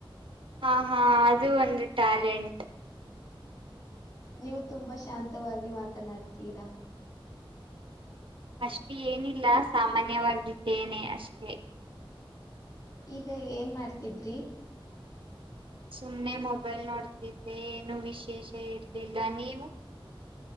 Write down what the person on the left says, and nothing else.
ನೀವು ತುಂಬಾ ಶಾಂತವಾಗಿ ಮಾತನಾಡ್ತೀರಾ
ಈಗ ಏನ್ ಮಾಡ್ತಿದ್ರಿ